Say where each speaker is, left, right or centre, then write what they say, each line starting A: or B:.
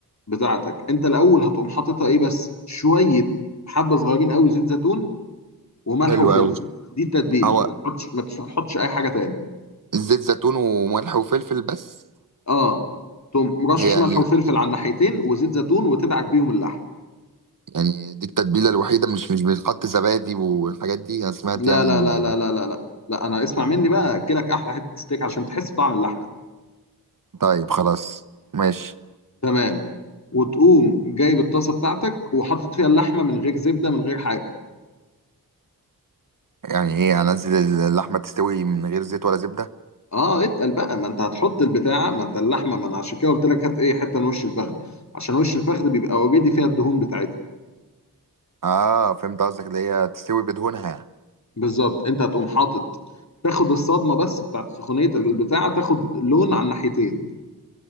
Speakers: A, on the left; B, on the right.
A: بتاعتك انت الاول هتقوم حاططها ايه بس شويه حبه صغيرين قوي زيت زيتون وملح
B: حلو
A: وفلفل
B: أوي
A: دي التتبيله
B: هو
A: ما تحطش ما تحطش اي حاجه تاني
B: زيت زيتون وملح وفلفل بس
A: اه تقوم مرشش
B: هي يعني
A: ملح وفلفل على الناحيتين وزيت زيتون وتدعك بيهم اللحم
B: يعني دي التتبيلة الوحيدة مش مش بيتحط زبادي والحاجات دي أنا سمعت
A: لا
B: يعني
A: لا
B: إن
A: لا لا لا لا لا لا انا اسمع مني بقى اكلك احلى حته ستيك عشان تحس بطعم اللحمه
B: طيب خلاص ماشي
A: تمام وتقوم جايب الطاسه بتاعتك وحاطط فيها اللحمه من غير زبده من غير حاجه
B: يعني إيه أنزل اللحمة تستوي من غير زيت ولا زبدة؟
A: اه اتقل بقى ما انت هتحط البتاعه ما انت اللحمه ما انا عشان كده قلت لك هات ايه حته من وش الفخذ عشان وش الفخذ بيبقى وجدي فيها الدهون بتاعتها
B: آه فهمت قصدك اللي هي تستوي بدهونها
A: بالظبط انت هتقوم حاطط تاخد الصدمه بس بتاعت سخونيه البتاعه تاخد لون على الناحيتين